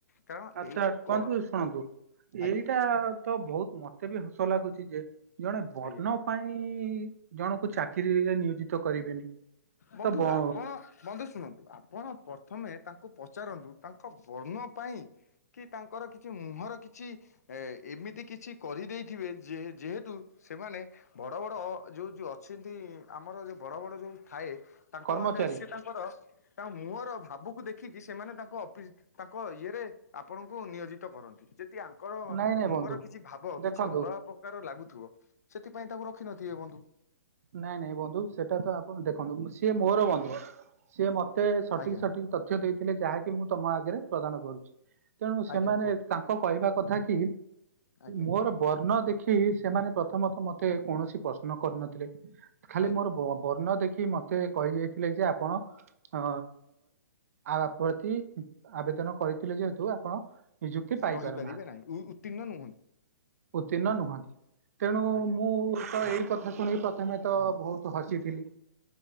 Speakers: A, on the left; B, on the right.
A: କାରଣ
B: ଆ
A: ଏଇ
B: ତ
A: ଯୋଉ କ
B: କୁହନ୍ତୁ ଶୁଣନ୍ତୁ
A: ଆଜ୍ଞା
B: ଏଇଟା ତ ବହୁତ ମତେ ବି ହସ ଲାଗୁଚି ଯେ ଜଣେ ବର୍ଣ୍ଣ
A: ଆଜ୍ଞା
B: ପାଇଁ ଜଣକୁ ଚାକିରିରେ ନିୟୋଜିତ କରିବେନି
A: ବନ୍ଧୁ
B: ତ ବ
A: ଆପଣ ବନ୍ଧୁ ଶୁଣନ୍ତୁ ଆପଣ ପ୍ରଥମେ ତାଙ୍କୁ ପଚାରନ୍ତୁ ତାଙ୍କ ବର୍ଣ୍ଣ ପାଇଁ କି ତାଙ୍କର କିଛି ମୁହଁର କିଛି ଏ ଏମିତି କିଛି କରିଦେଇଥିବେ ଯେ ଯେହେତୁ ସେମାନେ ବଡ ବଡ ଯୋଉ ଯୋଉ ଅଛିନ୍ତି ଆମର ଯୋଉ ବଡ ବଡ ଯୋଉ ଥାଏ ତାଙ୍କ
B: କର୍ମଚାରୀ
A: ମାତେ ସେ ତା କର ତାଙ୍କ ମୁହଁର ଭାବୁକୁ ଦେଖିକି ସେମାନେ ତାଙ୍କ ଅପିସ ତାଙ୍କ ଇଏରେ ଆପଣଙ୍କୁ ନିୟୋଜିତ କରନ୍ତି ଯେ ତି ଆଙ୍କର
B: ନାଇଁ ନାଇଁ
A: ମୁହଁର
B: ବନ୍ଧୁ
A: କିଛି ଭାବ
B: ଦେଖନ୍ତୁ
A: କିଛି ଅଲଗା ପ କାର ଲାଗୁଥିବ ସେଥିପାଇଁ ତାକୁ ରଖିିନଥିବେ ବନ୍ଧୁ।
B: ନାଇଁ ନାଇଁ ବନ୍ଧୁ ସେଟା ତ ଆପଣ ଦେଖନ୍ତୁ ସିଏ ମୋର ବନ୍ଧୁ ସିଏ ମତେ ସଠିକ
A: ଆଜ୍ଞା
B: ସଠିକ ତ ଥ୍ୟ ଦେଇଥିଲେ ଯାହାକି ମୁଁ ତମ ଆଗରେ ପ୍ରଦାନ କରୁଚିି ତେଣୁ ସେମାନେ
A: ଆଜ୍ଞା କୁହନ୍ତୁ
B: ତା ଙ୍କ କହିବା କଥା କି
A: ଆଜ୍ଞା
B: ମୋର ବର୍ଣ୍ଣ ଦେଖି ସେମାନେ ପ୍ରଥମତଃ ମତେ କୌଣସି ପ୍ରଶ୍ନ କରିନଥିଲେ ଖାଲି
A: ଆଜ୍ଞା
B: ମୋର ବୋ ବ ବର୍ଣ୍ଣ ଦେଖି ମତେ କହିକି ଯାଇଥିଲେ ଯେ ଆପଣ ଅ ଆ ପ୍ରତି ଆବେଦନ କରିଥିଲେ ଯେହେତୁ ଆପଣ ନିଯୁକ୍ତି ପାଇ
A: ରହିପାରିବେ
B: ପାରୁନାହାତି।
A: ନାହିଁ ଉତ୍ତୀର୍ଣ୍ଣ ନୁହନ୍ତି
B: ଉତ୍ତୀର୍ଣ୍ଣ ନୁହତି ତେଣୁ
A: ଆଜ୍ଞା
B: ମୁଁ ତ
A: ହଁ
B: ଏଇ କଥା ଶୁଣିକି ପ୍ର ଥମେତ ବହୁତ ହସିଥିଲି